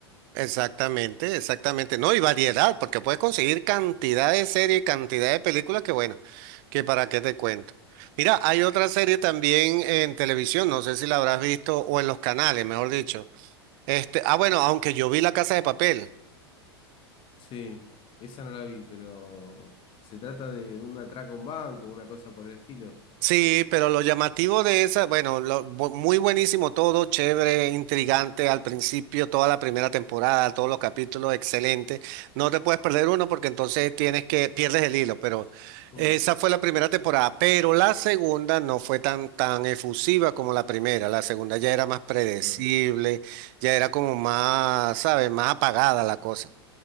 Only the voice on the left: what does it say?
Sí, esa no la vi, pero se trata de un atraco a un banco, una cosa por el estilo.
Mm,
claro.